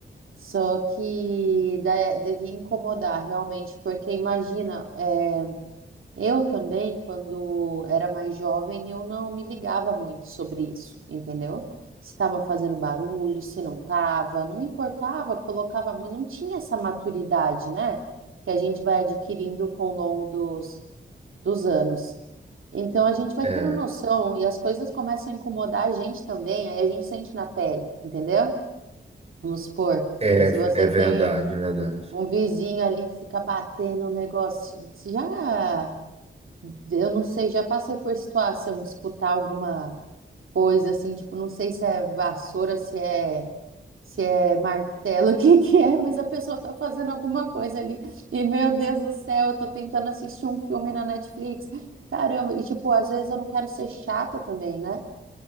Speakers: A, on the right; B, on the right.
A: Só que da- devia incomodar realmente, porque imagina, eh, eu também, quando era mais jovem, eu não me ligava muito sobre isso, entendeu? Se estava fazendo barulho, se não estava, não me importava, colocava, mu- não tinha essa maturidade, né? Que a gente vai adquirindo com o longo dos, dos anos. Então a gente vai
B: É,
A: tendo noção e as coisas começam a incomodar a gente também, aí a gente sente na pele, entendeu? Vamos supor,
B: é,
A: se você
B: é verdade,
A: tem
B: é verdade.
A: um vizinho ali que fica batendo um negócio, já. Eu não sei, já passei por situação de escutar alguma coisa assim, tipo, não sei se é vassoura, se é se é martelo, <laughs> o que que é, mas a pessoa tá fazendo alguma coisa ali. E meu Deus do céu, eu tô tentando assistir um filme na Netflix. Caramba, e tipo, às vezes eu não quero ser chata também, né?